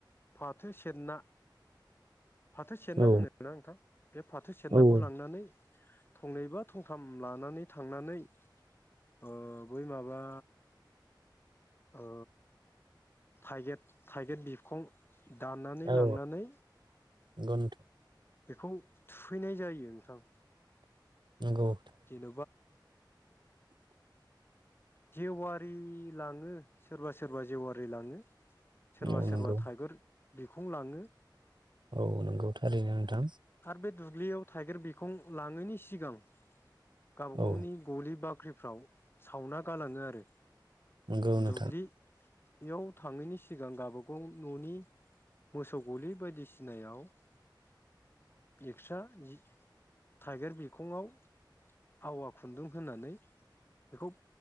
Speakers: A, on the left; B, on the right.
A: फाथो सेरना फाथो सेरना
B: औ
A: होनोना नोंथां बे फाथो सेरनाखौ
B: औ
A: लांनानै थंनै बा थंथाम लानानै थांनानै ओ बै माबा ओ थाइगेद थाइगिर बिखं दाननानै
B: औ
A: लांनानै
B: नंगौ नोंथां
A: बेखौ थुहैनाय जायो नोंथां।
B: नोंगौ।
A: जेन'
B: <inaudible>
A: जेवारि लाङो सोरबा सोरबा जेवारि लाङो। सोरबा
B: औ
A: सोरबा
B: नंगौ
A: थाइगिर बिखं लाङो।
B: औ नोंगौ थारैनो नोंथां।
A: आरो बे दुब्लियाव थाइगिर बिखं लाङैनि सिगां गाव बागावनि
B: औ
A: गलि बाख्रिफ्राव सावना गालाङो आरो
B: नंगौ नोंथां
A: दुब्लि बेयाव थांनायनि सिगां गावबागाव न'नि मोसौ गलि बायदिसिनायाव <unintelligible> थाइगिर बिखंङाव आवा खुन्दुं होनानै बेखौ